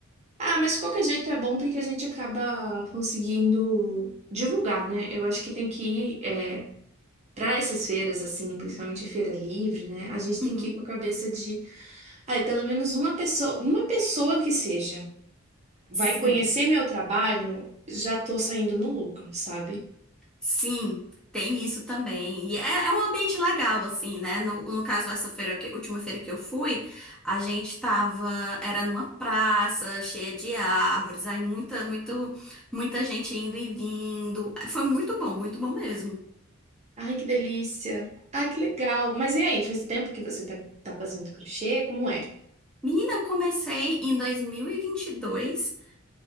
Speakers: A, on the right (about 35°); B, in the centre.
A: Ah, mas de qualquer jeito é bom porque a gente acaba conseguindo divulgar, né? Eu acho que tem que ir é, para essas feiras, assim, principalmente feira livre, né? A gente
B: Uhum.
A: tem que ir com a cabeça de, ai, pelo menos uma pessoa, uma pessoa que seja, vai
B: Sim,
A: conhecer meu trabalho, já tô saindo no lucro, sabe?
B: sim, tem isso também. E é, é um ambiente legal, assim, né? No, no caso, essa feira que, última feira que eu fui, a gente tava, era numa praça cheia de árvores, aí muita, muito, muita gente indo e vindo. Foi muito bom, muito bom mesmo.
A: Ai, que delícia! Ai, que legal! Mas e aí, faz tempo que você tá, tá fazendo crochê? Como é?
B: Menina, eu comecei em 2022,